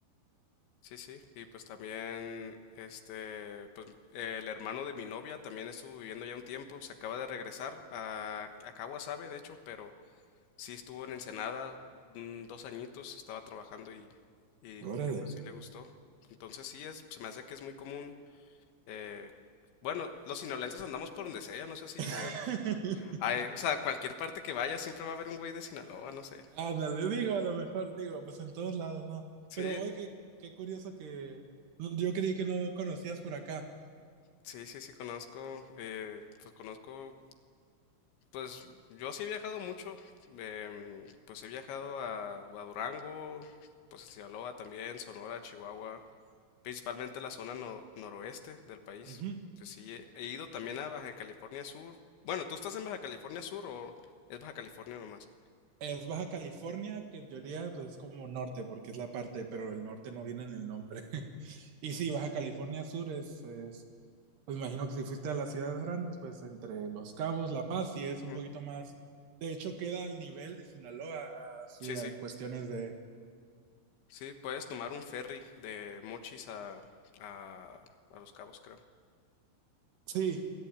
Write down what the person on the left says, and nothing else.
Sí, sí, y pues también, este, pues eh, el hermano de mi novia también estuvo viviendo ya un tiempo, se acaba de regresar a, a Kawasabe, de hecho, pero sí estuvo en Ensenada mm, dos añitos, estaba trabajando y, y dijo
que pues sí le gustó. Entonces sí, es, se me hace que es muy común. eh, bueno, los sinaloenses andamos por donde sea, no sé si
te... ay, o sea, cualquier parte que vayas siempre va a haber un güey de Sinaloa, no sé.
Sí,
sí, sí, sí, conozco, eh, pues conozco Pues yo sí he viajado mucho. em, pues he viajado a, a Durango, pues a Sinaloa también, Sonora, Chihuahua, principalmente la zona no- noroeste del país.
Pues sí, he, he ido también a Baja California Sur. Bueno, ¿tú estás en Baja California Sur o es Baja California nomás?
Ujú.
Sí, sí,
sí, puedes tomar un ferry de Mochis a, a, a Los Cabos, creo.